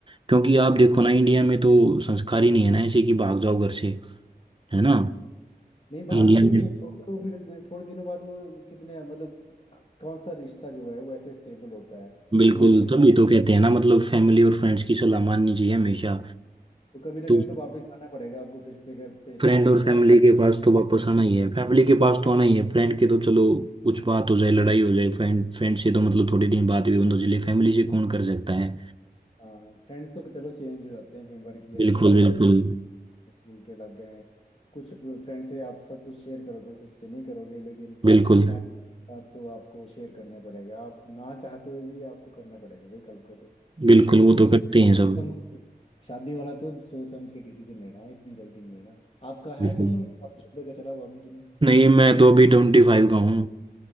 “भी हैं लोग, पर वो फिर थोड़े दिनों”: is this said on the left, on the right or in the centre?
Left